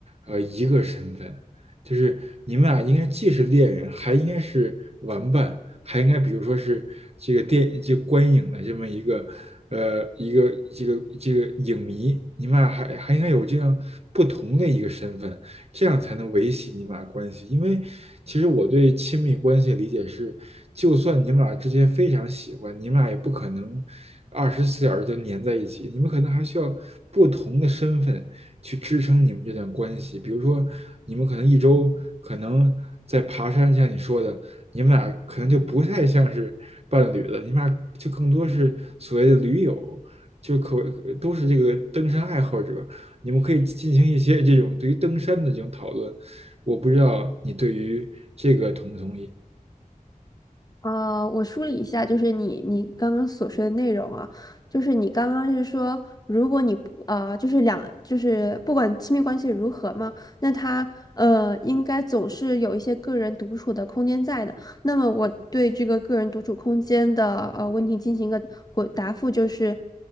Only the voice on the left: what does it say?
呃，我梳理一下，就是你你刚刚所说的内容啊，就是你刚刚是说，如果你不呃，就是两就是不管亲密关系如何嘛，那他呃应该总是有一些个人独处的空间在的。那么我对这个个人独处空间的呃问题进行一个回答复，就是